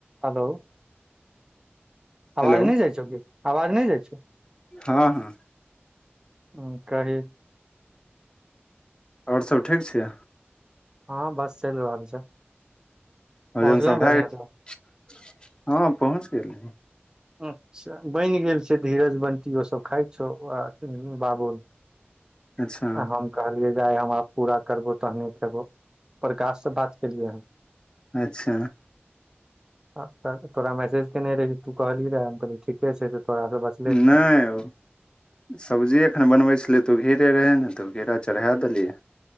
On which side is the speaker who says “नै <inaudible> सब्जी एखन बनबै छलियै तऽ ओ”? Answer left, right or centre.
Left